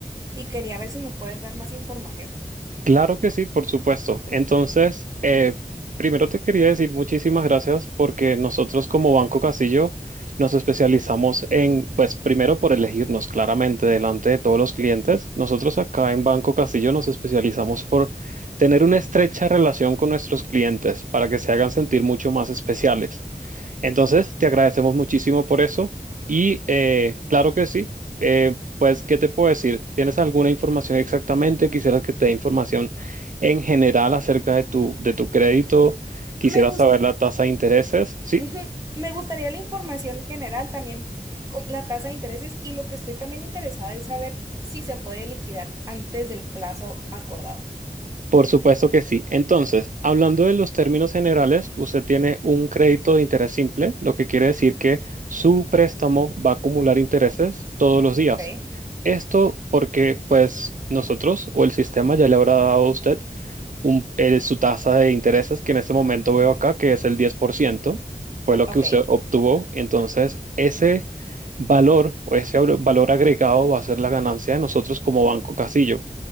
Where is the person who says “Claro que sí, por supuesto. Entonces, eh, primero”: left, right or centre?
Right